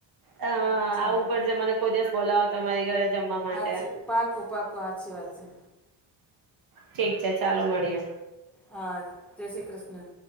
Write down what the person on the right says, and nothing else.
હ આવું
પડશે મને કોઈ દિવસ બોલાવો તમારી ઘરે જમવા માટે
ઠીક છે ચાલો મળીએે